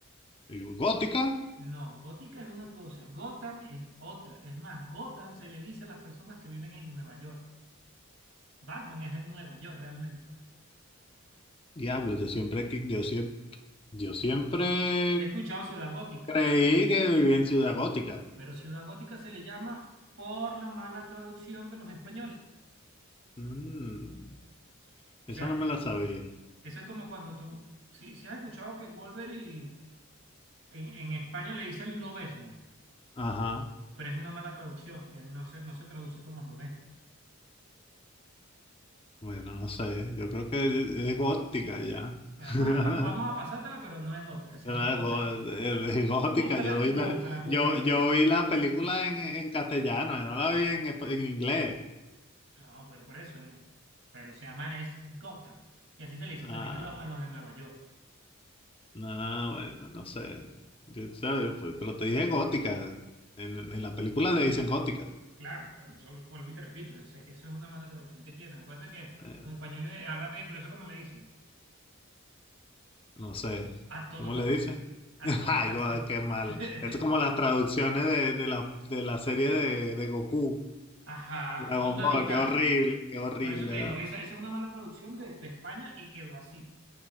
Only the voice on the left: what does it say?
Y ¿Gótica?
Diablo, yo siempre, que- yo siempre, yo siempre
creí que vivía en Ciudad Gótica.
Mm, esa
no me la sabía.
Ajá,
bueno, no sé, yo creo que es gótica ya.
<laughs>
Era
gó- Es es gótica,
yo vi
la,
yo, yo
vi la película en, en castellano, yo no la vi en, espa- en inglés.
Ah,
no, bueno, no sé. Yo- ¿sabes? Pues, Pero te dije gótica, en, en la película le dicen gótica,
Eh,
no sé,
¿cómo
le dicen?
<laughs>
Ay,
God, qué malo.
Esto es como las traducciones de, de la, de la serie de, de Goku.
Dragon
Ball,
qué horrible, qué horrible.